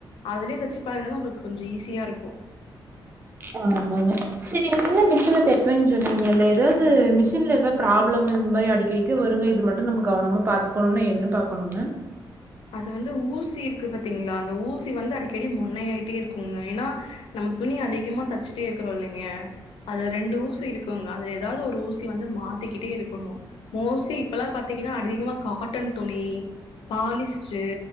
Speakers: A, on the left; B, on the right.
A: அதுலியே தெச்சு பழகனமா உங்குளுக்கு கொஞ்ச ஈஸியாருக்கு
B: ஆமாங்க செரி நீங்கதா மிஷின்ல தெப்பேன் சொல்றீங்கல்ல எதாது மிஷின்ல எதா ப்ராப்ளம்மு இந் மாரி அடிக்கடிக்கு வருங்க இது மட்டு நம்ம கவனமா பாத்துக்கோணுனா என்ன பாக்கோணுங்க
A: அது வந்து ஊசி இருக்கு பாத்தீங்ளா அந்த ஊசி வந்து அடிக்கடி மொன்னையாயிட்டே இருக்குங்க ஏனா நம்ம துணி அதிகமா தச்சுட்டேருக்றோ இல்லைங்க அது ரெண்டு ஊசி இருக்குங்க அது எதாவ்து ஒரு ஊசி வந்து மாத்திக்கிட்டே இருக்கணு மோஸ்லி இப்பல்லா பாத்தீங்கனா அதிகமா காட்டன் துணி பாலிஸ் ச்சு